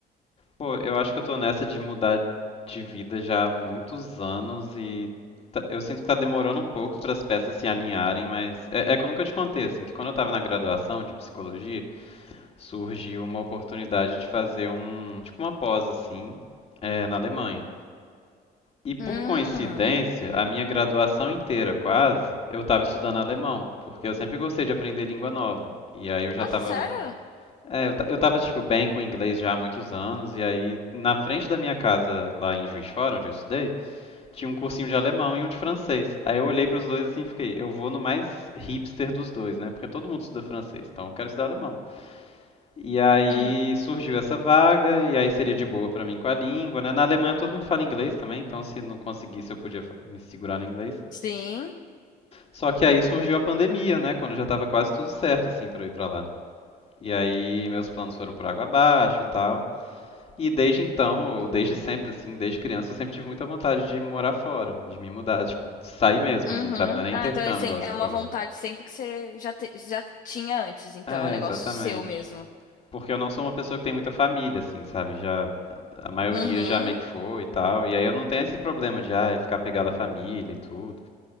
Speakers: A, on the left (about 35°); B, on the left (about 50°).
A: Pô, eu acho que eu tô nessa de mudar de vida já há muitos anos e tá- eu sinto que tá demorando um pouco para as peças se alinharem, mas é, é que eu nunca te contei, assim, que quando eu tava na graduação de psicologia, surgiu uma oportunidade de fazer um, tipo uma pós, assim, é, na Alemanha. E por
B: Hum.
A: coincidência, a minha graduação inteira, quase, eu estava estudando alemão, porque eu sempre gostei de aprender língua nova. E aí eu já
B: Nossa,
A: estava
B: sério?
A: É, eu, ta- eu tava, tipo, bem com inglês já há muitos anos, e aí, na frente da minha casa, lá em Juiz de Fora, onde eu estudei, tinha um cursinho de alemão e um de francês. Aí eu olhei pros dois assim e fiquei, eu vou no mais hipster dos dois, né? Porque todo mundo estuda francês, então eu quero estudar alemão. E aí
B: Hum.
A: surgiu essa vaga, e aí seria de boa pra mim com a língua, né? Na Alemanha todo mundo fala inglês também, então se não conseguisse eu podia fa- me segurar no inglês.
B: Sim.
A: Só que aí surgiu a pandemia, né? Quando já tava quase tudo certo, assim, pra eu ir pra lá. E aí meus planos foram por água abaixo e tal. E desde então, ou desde sempre, assim, desde criança, eu sempre tive muita vontade de morar fora, de me mudar, tipo, de sair mesmo,
B: Uhum.
A: assim, sabe? Não é nem
B: Ah,
A: intercâmbio,
B: então é sem-
A: igual
B: é
A: você falou.
B: uma vontade sempre que você já, te- já tinha antes, então.
A: É,
B: É um negócio
A: exatamente.
B: seu mesmo.
A: Porque eu não sou uma pessoa que tem muita família, assim, sabe? Já, a maioria
B: Uhum.
A: já meio que foi e tal. E aí eu não tenho esse problema de, ai, ficar pegado à família e tudo.